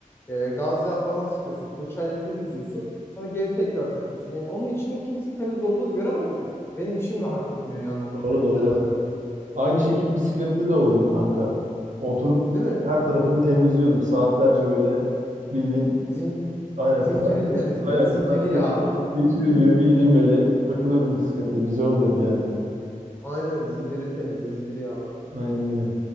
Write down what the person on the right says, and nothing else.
Doğru
doğru. Aynı şekil bisiklette de oluyordu kanka. Oturup
her tarafını temizliyordum. Saatlerce böyle bildiğin
aynen
kız arkadaşım
aynen
kız arkadaşımla
vakit geçirir gibi bildiğin böyle takılıyordum bisikletle. Güzel oluyordu yani.
Aynen öyle.